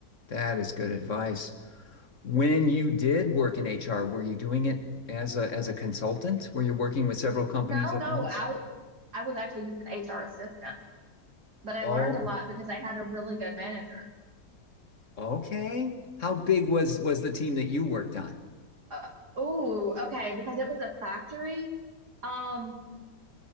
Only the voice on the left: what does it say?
that is good advice. When you did work in HR, were you doing it as a as a consultant? Were you working with several companies
at
once?
Oh,
okay. How big was was the team that you worked on?